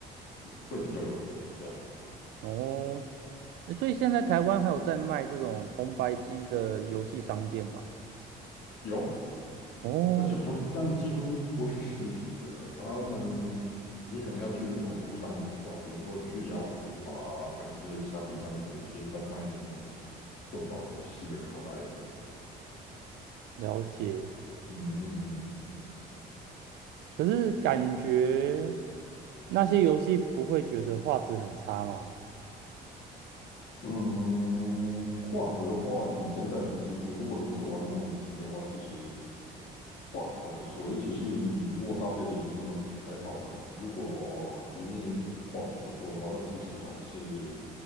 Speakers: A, on the left; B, on the right.
A: 会比较有名，这样
B: 哦，所以现在台湾还有在卖这种红白机的游戏商店嘛？
A: 有，
B: 哦，
A: 但是不是，但几乎不是实体的，他们你可能要去网络上找，比如说去雅虎啊，还是虾皮上面有一些在卖这岛游戏的卡带。
B: 了解。
A: 嗯嗯嗯，
B: 可是感觉那些游戏不会觉得画质很差吗？
A: 嗯，画质的话，以现在的技术，如果你是玩模拟器的话，其实画质还不错，尤其是你如果搭配的荧幕还好的，如果我荧幕画质不错的话，那其实还是